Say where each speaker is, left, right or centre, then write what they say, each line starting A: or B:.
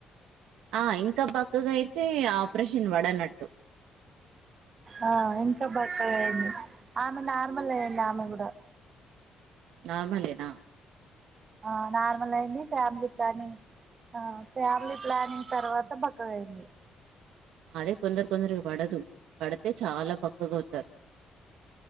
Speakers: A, on the right (about 90°); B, on the right (about 40°).
A: ఆ ఇంకా బక్కగా అయితే ఆపరేషన్ పడనట్టు
B: ఆ ఇంకా బక్కగా అయింది ఆమె నార్మల్ అయింది ఆమె కూడా
A: నార్మల్ ఏనా
B: ఆ నార్మల్ అయింది ఫ్యామిలీ ప్లానింగ్ ఆ ఫ్యామిలీ ప్లానింగ్ తర్వాత బక్కగా అయింది
A: అదే కొందరు కొందరి పడదు పడితే చాలా బక్కగా అయితారు